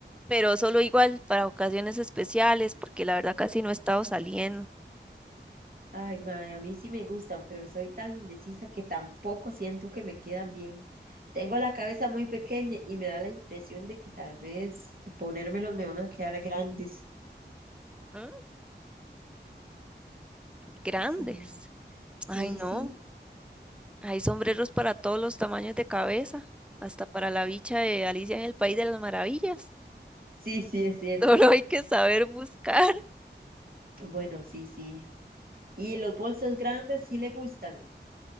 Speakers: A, in the centre; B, on the right.
A: pero solo igual para ocasiones especiales, porque la verdad casi no he estado saliendo.
B: Ay, mae, a mí sí me gustan, pero soy tan indecisa que tampoco siento que me quedan bien. Tengo la cabeza muy pequeña y me da la impresión de que tal vez ponérmelos me van a quedar grandes.
A: Mm, Grandes.
B: Sí, sí,
A: Ay, no.
B: sí,
A: Hay sombreros para todos los tamaños de cabeza, hasta para la bicha de Alicia en el País de las Maravillas.
B: sí, sí, es cierto.
A: <laughs> Solo hay que saber buscar.
B: Bueno, sí, sí. ¿Y los bolsos grandes sí le gustan?